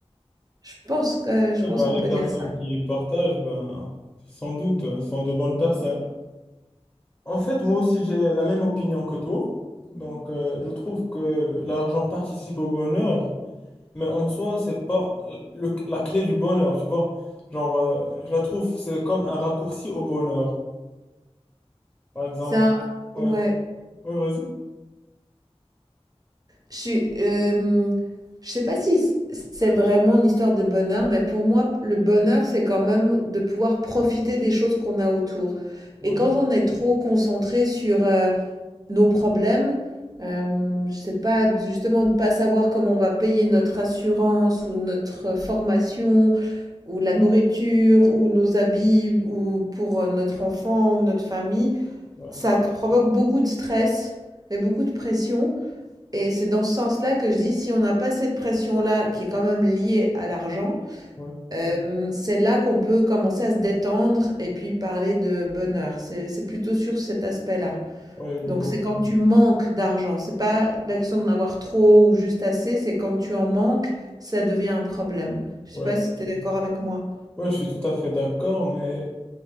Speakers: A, on the right; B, on the left.
A: Je pense que je
B: Eh
A: pense
B: ben,
A: qu'on
B: les
A: peut
B: personnes
A: dire ça.
B: qui partagent, ben, sans doute, euh, sont de bonnes personnes. En fait, moi aussi, j'ai la même opinion que toi. Donc, euh, je trouve que l'argent participe au bonheur, mais en soi, c'est pas le- la clé du bonheur, tu vois. Genre, euh, je la trouve, c'est comme un raccourci au bonheur. Par exemple,
A: Ça,
B: ouais,
A: ouais.
B: ouais, vas-y.
A: Je suis, hem, je sais pas si c c'est vraiment une histoire de bonheur, mais pour moi, le bonheur, c'est quand même de pouvoir profiter des choses qu'on a autour.
B: Oui,
A: Et quand on est trop concentré sur, heu, nos problèmes, hem, je sais pas, justement de pas savoir comment on va payer notre assurance ou notre formation ou la nourriture, ou nos habits, ou pour euh, notre enfant, ou notre famille,
B: ouais,
A: ça provoque beaucoup de stress et beaucoup de pression. Et c'est dans ce sens-là que je dis, si on n'a pas cette pression-là, qui est quand même liée à l'argent,
B: ouais,
A: euh, c'est là qu'on peut commencer à se détendre et puis parler de bonheur. C'est, c'est plutôt sur cet aspect-là.
B: ouais, je
A: Donc
B: vois.
A: c'est quand tu manques d'argent. C'est pas la question d'en avoir trop ou juste assez, c'est quand tu en manques, ça devient un problème. Je
B: Ouais.
A: sais pas si tu es d'accord avec moi.
B: Ouais, je suis tout à fait d'accord, mais